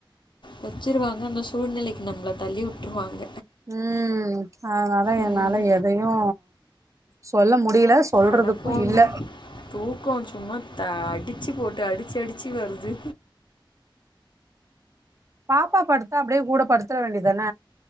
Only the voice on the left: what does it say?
வெச்சுருவாங்க அந்த சூழ்நிலைக்கு நம்மள தள்ளி உட்டுருவாங்க
ம்.
அட போங்க.
தூக்கம் சும்மா த அடிச்சு போட்டு அடிச்சு அடிச்சு வருது